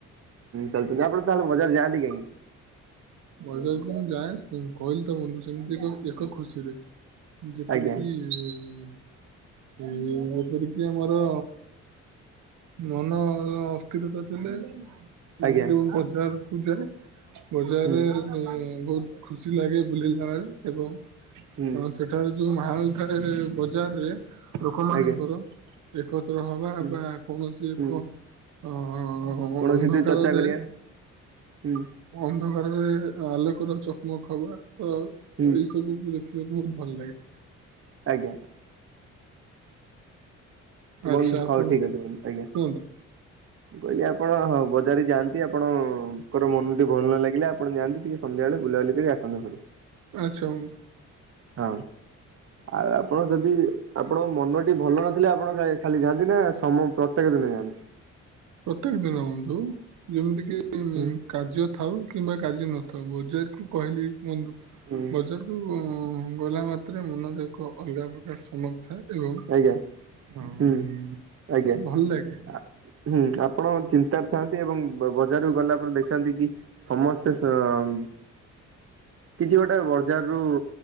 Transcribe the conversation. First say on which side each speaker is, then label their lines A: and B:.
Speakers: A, on the right; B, on the right.
A: ଚାଲୁଛନ୍ତି ଆପଣ ତାହେଲେ ବଜାରେ ଯାଆନ୍ତି କାହିଁ
B: ବଜାରକୁୁ ମୁଁ ଯାଏ କହିଲି ତ ବନ୍ଧୁ ସେମିତି ଏକ ଏକ ଖୁସିରେ ଯେପରିକି
A: ଆଜ୍ଞା
B: ଏ ଯେପରିକି ଆମର ମନ ଅସ୍ଥିରତା ଥିଲେ
A: ଆଜ୍ଞା
B: ମୁଁ ଟିକେ ବଜାରକୁ ଯାଏ ବଜାରରେ
A: ହୁଁ
B: ବହୁତ ଖୁସି ଲାଗେ ବୁଲିବା ଏବଂ
A: ହୁଁ
B: ହ ସେଠାରେ ଯୋଉ ମାଲ ଥାଏ ବଜାରରେ ଲୋକମାନଙ୍କର
A: ଆଜ୍ଞା
B: ଏକତ୍ର ହବା
A: ହୁଁ।
B: ବା କୌଣସି ଏକ
A: ହୁଁ
B: ଅ ଅ
A: କୌଣସିଥିରେ
B: ଅନ୍ଧକାରରେ
A: ଚର୍ଚ୍ଚା କରିବା ହୁଁ
B: ଅନ୍ଧ ଘରେ ଘରେ ରେ ଆଲୋକର ଚକମକ ହବା ତ
A: ହୁଁ
B: ଏଇ ସବୁକୁ ଦେଖିବାକୁ ବହୁତ ଭଲ ଲାଗେ
A: ଆଜ୍ଞା
B: ଆଚ୍ଛା
A: ବନ୍ଧୁ
B: ଆପଣ
A: ହଉ ଠିକ ଅଛି ବନ୍ଧୁ ଆଜ୍ଞା
B: କୁହନ୍ତୁ
A: କହିଲି ଆପଣ ହଁ ବଜାର ଯାଆନ୍ତି ଆପଣଙ୍କର ମନ ଟେ ଭଲ ନ ଲାଗିଲା ଆପଣ ଯାଆନ୍ତି ଟିକେ ସନ୍ଧ୍ୟାବେଳେ ବୁଲାବୁଲି କରି ଆସନ୍ତୁ ଘରକୁ
B: ଆଛା ହଉ
A: ହଁ ଆଉ ଆପଣ ଯଦି ଆପଣଙ୍କ ମନ ଭଲ ନଥିଲେ ଆପଣ ଖାଲି ଯାଆନ୍ତି ନା ସମ ପ୍ରତ୍ୟେକ ଦିନ ଯାଆନ୍ତି?
B: ପ୍ରତ୍ୟେକ ଦିନ ହନ୍ତୁ ଯେମିତି କି
A: ହୁଁ
B: କାର୍ଯ୍ୟ ଥାଉ କିମ୍ବା କାର୍ଯ୍ୟ ନଥାଉ ବଜାର କୁ କହିଲି ବଧୁ
A: ହୁଁ
B: ବଜାର କୁ ଙ୍ଗଲା ମାତ୍ରେ ମନରେ ଏକ ଅଲଗା ପ୍ରକାର ସମ ଥାଏ ଏବଂ
A: ଆଜ୍ଞା
B: ଉ
A: ହୁଁ ଆଜ୍ଞା।
B: ଭଲ ଲାଗେ।
A: ଆ- ହୁଁ ଆପଣ ଚିନ୍ତାରେ ଥାନ୍ତି ଏବଂ ବଜାରକୁ ଗଲା ପରେ ଦେଖନ୍ତି କି ସମସ୍ ସ୍ତେ ଆମ। କିଛି ଗୋଟେ ବଜାର ରୁ